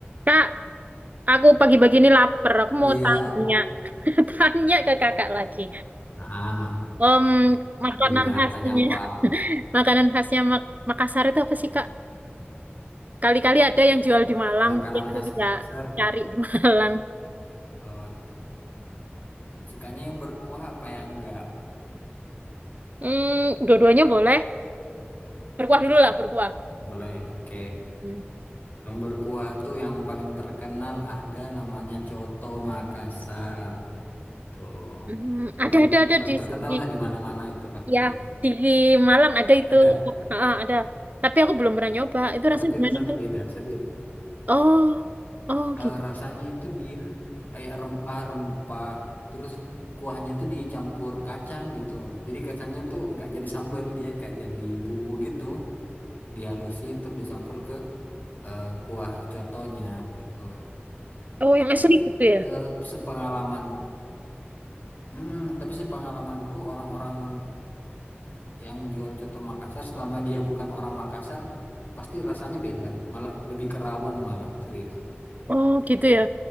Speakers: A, on the right; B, on the left.
A: Kak, aku pagi-pagi ini lapar. Aku mau
B: Iya.
A: tanya, <laughs> tanya ke kakak lagi.
B: Ah,
A: Em, makanan
B: iya,
A: khasnya,
B: tanya apa?
A: <laughs> makanan khasnya Mak- Makassar itu apa sih, Kak? Kali-kali ada yang jual di Malang,
B: Makanan
A: mungkin aku
B: khas
A: bisa
B: Makassar.
A: cari di <laughs> Malang.
B: Oh, sukanya yang berkuah apa yang enggak?
A: Hmm, dua-duanya boleh. Berkuah dulu lah, berkuah.
B: Boleh. Oke.
A: Hmm.
B: Yang berkuah tuh yang paling terkenal ada namanya Coto Makassar. Tuh.
A: Hmm, ada,
B: Paling
A: ada, ada
B: paling
A: di,
B: terkenal
A: di,
B: lah di mana-mana itu pasti.
A: ya, di Malang ada itu.
B: Ada.
A: Ah, ada. Tapi aku belum pernah nyoba. Itu
B: Nah,
A: rasanya
B: tapi
A: gimana?
B: rasanya
A: Kak?
B: beda, serius.
A: Oh, oh
B: Eh,
A: gitu.
B: rasanya itu dia kayak rempah-rempah. Terus kuahnya tuh dicampur kacang gitu. Jadi kacangnya tuh nggak jadi sambal, dia kayak jadi bumbu gitu. dihalusin untuk dicampur ke eh, kuah cotonya gitu.
A: Oh, yang
B: Tapi
A: asli gitu ya?
B: eh, sepengalaman, Mm-mm, tapi sepengalamanku orang-orang yang jual coto Makassar selama dia bukan orang Makassar pasti rasanya beda, malah lebih kerawon malah serius.
A: Oh, gitu ya.